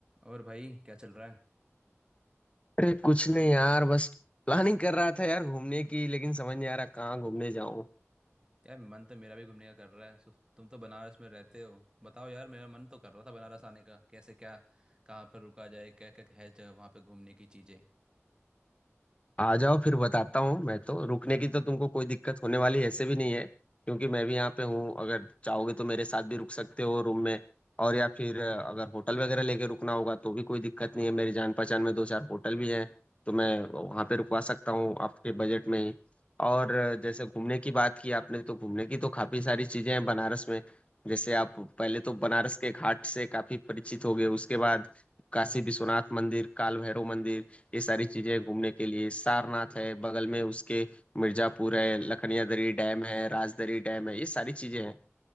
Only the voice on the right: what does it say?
और भाई क्या चल रहा है
यार मन तो मेरा भी घूमने का कर रहा है सो तुम तो बनारस में रहते हो बताओ यार मेरा मन तो कर रहा था बनारस आने का कैसे क्या कहाँ पर रुका जाए क्या क्या है जगह वहाँ पे घूमने की चीज़ें